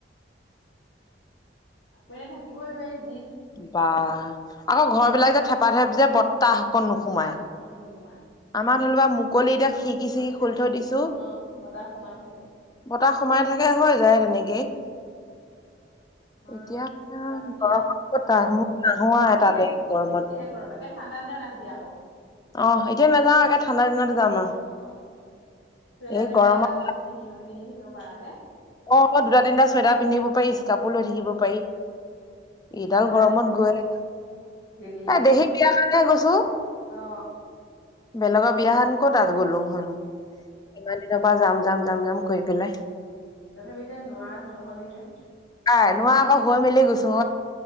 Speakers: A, on the left; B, on the left.
A: দুপৰীয়া থাকিবই লোৱাৰি।
B: বাহ আকৌ ঘৰ বিলাক যে থেপা থেপ যে বতাহ অকণ
A: অ
B: নোসোমাই।
A: বতাহ অকনো নোসোমাই
B: আমাৰ ধৰিওবা মুকলি এতিয়া খিকি
A: দুপৰীয়া
B: চিকি খুলি থৈ দিছো
A: অ বতাহ সোমাই থাকে
B: বত তা সোমাই থাকে হৈ যায় তেনেকেই
A: <inaudible> আমা
B: এতিয়া
A: আ,
B: গৰমত
A: ঠেপা থেপি আৰু,
B: ক'ত
A: গৰমত
B: মোৰ নাহো
A: বেছিহে
B: আৰু তালে গৰমত
A: বেছিহে গৰম লাগে। ঠাণ্ডা দিনা নাহিবি আকৌ।
B: অ' এতিয়া নাযাওঁ একে ঠাণ্ডা দিনতে যাম আৰু।
A: অ চুৱেটাৰ
B: এই
A: টুৱেটাৰ
B: গৰমত
A: এগালমান পিন্ধ-পিন্ধি থাকিব পাৰাকে
B: অ' দুটা তিনিটা চুৱেটাৰ পিন্ধিব পাৰি ইস্কাপ বোৰ লৈ থাকিব পাৰি। এইডাল
A: ঠাণ্ডা
B: গৰমত
A: দিনটো
B: গৈ
A: গেলি গেলি
B: এই দেহি দিয়াৰ কাৰণহে গৈছোঁ।
A: উম।
B: বেলেগৰ বিয়াখন ক'ত আৰু গ'লো হনো, ইমান দিনৰ পৰা যাম যাম যাম যাম কৰি পেলাই
A: তথাপি যে নোৱাৰা নহ'লি যে।
B: কাই নোৱা আকৌ হৈ মেলি গৈছে।